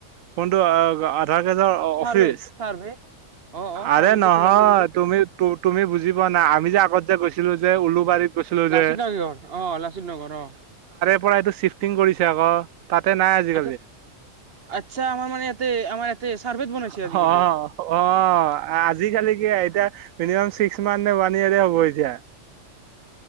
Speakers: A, on the right; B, on the right.
A: কোনটো আ আধাৰ কে যে
B: চাৰ্ভে
A: অফিচ,
B: চাৰ্ভে অ অ
A: আৰে
B: চাৰ্ভে
A: নহয়
B: যে খোলা বুলি কৈছে
A: তুমি, তু-তুমি বুজি পোৱা নাই, আমি যে আগত যে গৈছি ছিলো যে উলুবাৰীত গৈছিলো
B: লাচিত
A: যে
B: নগৰ, অ, লাচিত নগৰ, অ'
A: পৰা এইটো চিফটিং কৰিছে আকৌ, তাতে নাই
B: আচ্ছা আচ্ছা আমাৰ মানে ইয়াতে আমাৰ ইয়াতে চাৰ্ভেত বনাইছে
A: <unintelligible>
B: আজিকালি
A: অ', অ', আজিকালি কি এতিয়া মিনিমাম চি কিছুমানে ওৱান ইয়াৰে হ'ব এতিয়া।